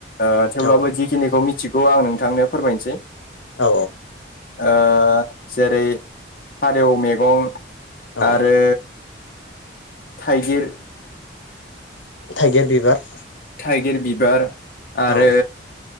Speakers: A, on the left (about 45°); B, on the left (about 80°).
A: ओं थेवब्लाबो
B: औ
A: जिखिनिखौ मि मिथिगौ आं नोंथांनो फोरमायनोसै।
B: औ
A: ओ जेरै फारेव मेगं।
B: औ
A: आरो थाइगिर
B: थाइगिर बिबार
A: थाइगिर बिबार आरो
B: औ